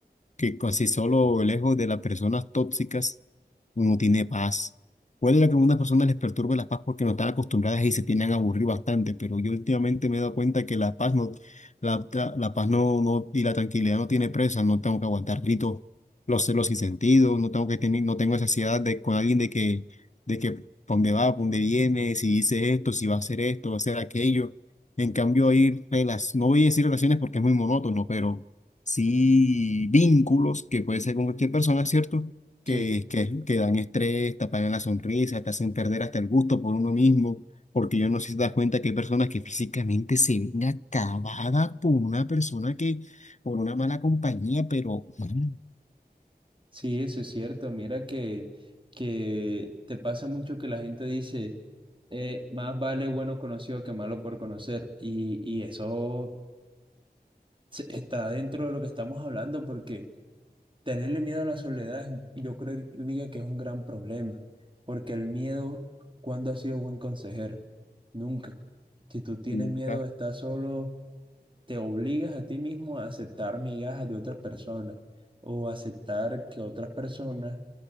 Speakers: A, on the left (about 45°); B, on the right (about 30°).
A: que con- si solo lejos de las personas tóxicas uno tiene paz. Puede que a algunas personas les perturbe la paz porque no están acostumbradas y se tienen a aburrir bastante, pero yo últimamente me he dado cuenta que la paz no, la, la- la paz no, no, y la tranquilidad no tiene presa, no tengo que aguantar gritos, los celos sin sentido, no tengo que tener, no tengo esa ansiedad de con alguien de que, de que pa' dónde va, pa' dónde viene, si dice esto, si va a hacer esto, va a hacer aquello. En cambio, hay relaciones, no voy a decir relaciones porque es muy monótono, pero sí vínculos que puede ser con cualquier persona, ¿cierto? Que,
B: sí
A: que, que dan estrés, te apagan la sonrisa, te hacen perder hasta el gusto por uno mismo, porque yo no sé si te das cuenta que hay personas que físicamente se ven acabadas por una persona que, por una mala compañía, pero man,
B: Sí, eso es cierto. Mira que, que te pasa mucho que la gente dice, eh, más vale bueno conocido que malo por conocer. Y, y eso se- está dentro de lo que estamos hablando, porque tenerle miedo a la soledad es un- yo creo que es un gran problema, porque el miedo, ¿cuándo ha sido buen consejero? Nunca. Si tú tienes
A: nunca
B: miedo de estar solo, te obligas a ti mismo a aceptar migajas de otras personas o aceptar que otras personas